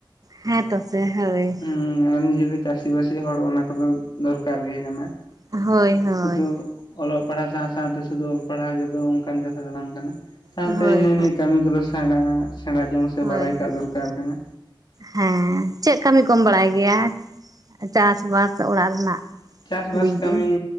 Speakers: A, on the right; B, on the left.
A: ᱦᱮᱸ ᱛᱚ ᱥᱮ ᱦᱳᱭ᱾
B: ᱦᱮᱸ ᱟᱢ ᱡᱩᱫᱤ ᱪᱟᱹᱥᱤ ᱵᱟᱥᱤ ᱦᱚᱲ ᱚᱱᱟ ᱠᱚᱫᱚ ᱫᱚᱨᱠᱟᱨ ᱜᱮ ᱠᱟᱱᱟ।
A: ᱦᱳᱭ ᱦᱳᱭ ᱦᱳᱭ
B: ᱥᱩᱫᱷᱩ ᱼᱼ ᱚᱞᱚᱜ ᱯᱟᱲᱦᱟᱣ ᱥᱟᱶ ᱥᱟᱶᱛᱮ ᱥᱩᱫᱷᱩ ᱚᱞ ᱯᱟᱲᱦᱟᱣ ᱨᱮᱫᱚ <unintelligible> ᱚᱱᱠᱟᱱ ᱠᱟᱛᱷᱟ ᱫᱚ ᱵᱟᱝ ᱠᱟᱱᱟ। ᱥᱟᱶᱛᱮ
A: ᱦᱳᱭ
B: ᱦᱤᱱᱟᱹ ᱱᱤᱭᱟᱹ ᱠᱟᱹᱢᱤ ᱠᱚᱫᱚ ᱥᱮᱬᱟ᱾ ᱥᱮᱬᱟ ᱡᱚᱝ। ᱥᱮ
A: ᱦᱳᱭ
B: ᱵᱟᱲᱟᱭ
A: ᱦᱳᱭ
B: ᱠᱟᱜ ᱫᱚᱨᱠᱟᱨ ᱠᱟᱱᱟ
A: ᱦᱮᱸ ᱪᱮᱫ ᱠᱟᱹᱢᱤ ᱠᱚᱢ ᱵᱟᱲᱟᱭ ᱜᱮᱭᱟ ᱪᱟᱥ ᱵᱟᱥ ᱚᱲᱟᱜ ᱨᱮᱱᱟᱜ
B: ᱪᱟᱥᱵᱟᱥ
A: ᱫᱤᱠ
B: ᱠᱟᱹᱢᱤ
A: ᱫᱤᱭᱮ